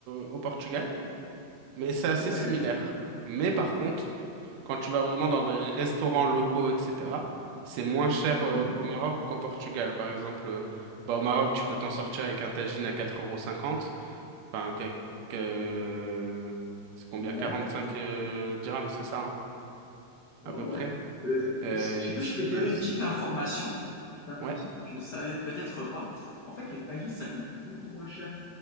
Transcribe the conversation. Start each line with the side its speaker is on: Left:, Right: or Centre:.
Right: au, au Portugal, mais c'est assez
Left: Ah ouais.
Right: similaire. Mais par contre, quand tu vas vraiment dans des restaurants locaux, etc., c'est moins cher euh,
Left: Mhm.
Right: au Maroc qu'au Portugal. Par exemple, euh, bah, au Maroc, tu peux t'en sortir avec un tagine à quatre euros cinquante Enfin, quelques... euh, C'est combien?
Left: Ouais.
Right: 45 euh, dirhams, c'est ça, hein,
Left: Ouais,
Right: à peu
Left: ouais.
Right: près.
Left: Euh,
Right: Euh,
Left: si tu
Right: ici,
Left: veux, je peux te donner
Right: euh, c-
Left: une petite information. Petite information
Right: ouais.
Left: que tu ne savais peut-être pas. En fait, les tagines, ça coûte beaucoup moins cher